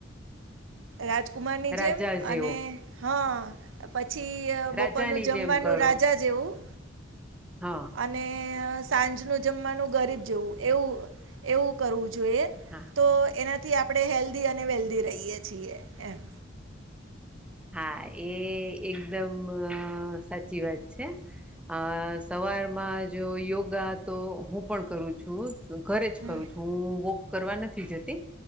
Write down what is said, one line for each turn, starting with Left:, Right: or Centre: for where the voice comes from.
Right: રાજકુમારની
Centre: રાજા
Right: જેમ
Centre: જેવો
Right: અને હા પછી પછી બપોરનું
Centre: રાજાની
Right: જમવાનું
Centre: જેમ કરો
Right: રાજા જેવું
Centre: હા
Right: અને સાંજનું જમવાનું ગરીબ જવું એવું એવું કરવું જોઈએ
Centre: હા
Right: તો એના થી આપણે હેલ્ધી અને વેલ્ધી રહીય છીએ એમ
Centre: હા એ એકદમ સાચી વાત છે અ સવારમાં જો યોગા તો હું પણ કરું છું ઘરે જ
Right: હમ
Centre: કરું છું હું વોક કરવા નથી જતી